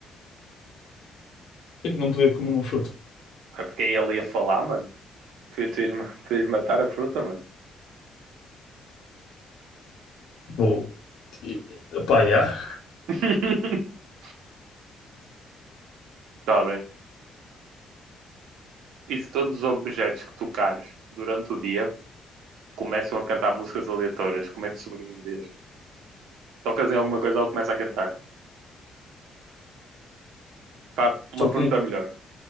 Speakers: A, on the left; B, on the right.
A: Por que é que não podia comer uma fruta?
B: É porque aí ele ia falar, mano. Tu, tu, ias, ma- tu ias matar a fruta, mano.
A: Tipo, e- pá, yeah.
B: <laughs> Tá bem. E se todos os objetos que tocares durante o dia começam a cantar músicas aleatórias, como é que sobreviveres? Tocas em alguma coisa, ela começa a cantar. Pá, uma
A: Talking.
B: pergunta melhor.